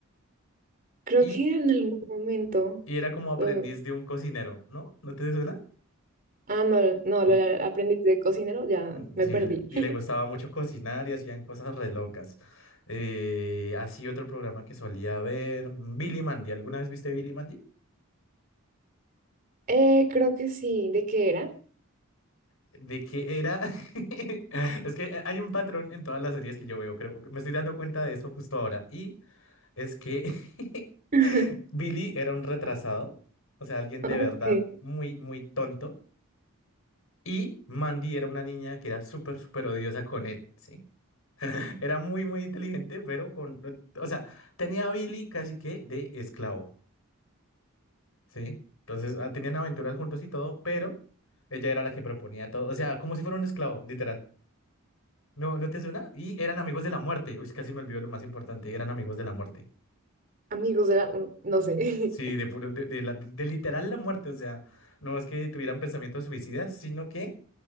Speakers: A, on the right; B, on the left.
A: Creo
B: y
A: que en algún momento.
B: y era como aprendiz
A: lo-
B: de un cocinero, ¿no? ¿No te suena?
A: Ah, no, no,
B: L-
A: lo del aprendiz de cocinero, ya
B: mm,
A: me
B: Sí,
A: perdí.
B: le- y
A: <laughs>
B: le gustaba mucho cocinar y hacían cosas re locas. Eh, así otro programa que solía ver, mm, Billy Mandy. ¿Alguna vez viste Billy Mandy?
A: Eh, creo que sí. ¿De qué era?
B: De que era... <laughs> Es que eh, hay un patrón en todas las series que yo veo, creo. Me estoy dando cuenta de eso justo ahora. Y es que <laughs>
A: <laughs>
B: Billy era un retrasado, o sea, alguien de
A: Ok,
B: verdad muy, muy tonto. Y Mandy era una niña que era súper, súper odiosa con él, ¿sí? Era muy, muy inteligente, pero con, o sea, tenía a Billy casi que de esclavo, ¿sí? Entonces, ah, tenían aventuras juntos y todo, pero ella era la que proponía todo, o sea, como si fuera un esclavo, literal. ¿No, no te suena? Y eran amigos de la muerte. Uy, casi me olvidó lo más importante, eran amigos de la muerte.
A: Amigos de la... mm, No sé.
B: Sí, de puro, de, de la- de literal la muerte, o sea, no es que tuvieran pensamientos suicidas, sino que